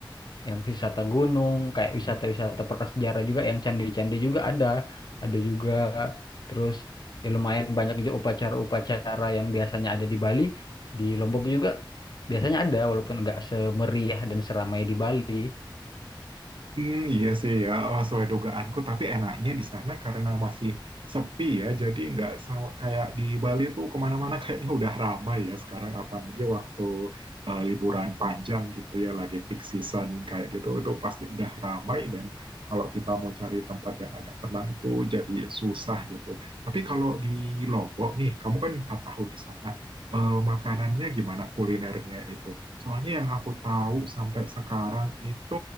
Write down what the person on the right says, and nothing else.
Hmm, iya sih ya, oh, sesuai dugaanku. Tapi enaknya di sana karena masih sepi ya, jadi nggak sama kayak di Bali tuh kemana-mana <laughs> kayaknya udah ramai ya sekarang. Apalagi waktu eh, liburan panjang gitu ya, lagi peak season kayak gitu, itu pasti udah ramai dan kalau kita mau cari tempat yang agak tenang itu jadi susah gitu. Tapi kalau di Lombok nih, kamu kan 4 tahun di sana. eh, makanannya gimana kulinernya itu? Soalnya yang aku tahu sampai sekarang itu